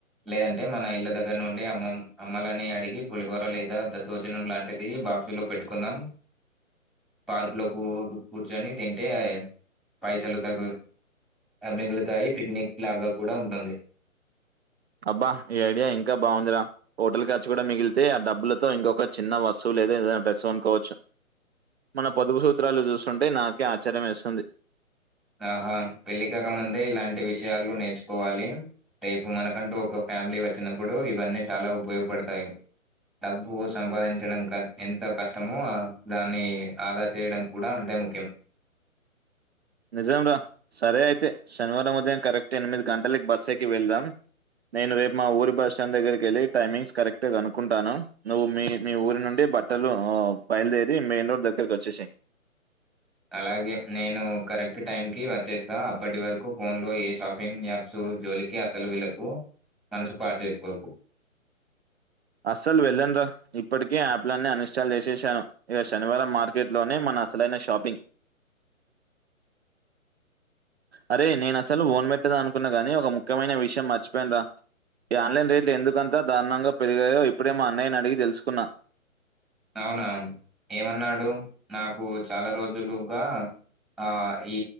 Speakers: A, in the centre; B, on the right.
A: లేదంటే మన ఇళ్ళ దగ్గర నుండి అమ్మ అమ్మలని అడిగి పులిహోర లేదా దద్దోజనం లాంటిది బాక్సులు పెట్టుకుందాం పార్క్ లో కూ కూర్చొని తింటే పైసలు తగు మిగులుతాయి పిక్నిక్ లాగా కూడా ఉంటుంది
B: అబ్బా ఈ ఐడియా ఇంకా బాగుందిరా హోటల్ ఖర్చు గూడా మిగిలితే ఆ డబ్బులతో ఇంకొక చిన్న వస్తువు లేదా ఏదైనా డ్రస్సు కొనుకోవచ్చు మన పొదుపు సూత్రాలు జూస్తుంటే నాకే ఆశ్చర్యం వేస్తుంది
A: ఆహా పెళ్ళికాక ముందే ఇలాంటి విషయాలు నేర్చుకోవాలి రేపు మనకంటూ ఒక ఫ్యామిలీ వచ్చినప్పుడు ఇవన్నీ చాలా ఉపయోగపడతాయి డబ్బు సంపాదించడం ఎంత కష్టమో దాన్ని ఆదా చేయడం కూడా అంతే ముఖ్యం
B: నిజం రా సరే అయితే శనివారం ఉదయం కరెక్ట్ ఎనిమిది గంటలకి బస్ ఎక్కి వెళ్దాం నేను రేపు మా ఊరి బస్ స్టాండ్ దగ్గరికి వెళ్ళి టైమింగ్స్ కరెక్ట్ కనుకుంటాను నువ్వు మీ ఊరు నుండి బ ట్టలు ఓ బయలుదేరి మెయిన్ రోడ్ దగ్గరకి వచ్చేసి
A: అలాగే నేను కరెక్ట్ టైం కి వచ్చేస్తా అప్పటి వరకు ఫోన్ లో ఏ షాపింగ్ యాప్ సు జోలికి అసలు వెళ్ళకు మనసు పాడు చేసుకో
B: అస్సలు వెళ్ళన్ రా ఇప్పటికి యాప్లన్నీ అన్ ఇన్స్టాల్ జేసేసాను ఇక శనివారం మార్కెట్ లోనే మన అసలైన షాపింగ్ అరే నేను అసలు వోన్ పెట్టదా అనుకున్నా గాని ఒక ముఖ్యమైన విషయం మర్చిపోయినరా ఈ ఆన్లైన్ రేట్లు ఎందుకంతా దారుణంగా పెరిగాయో ఇప్పుడే మా అన్నయ్యని అడిగి తెలుసుకున్నా
A: అవునా ఏమన్నాడు నాకు చాలా రోజులుగా ఆ ఈ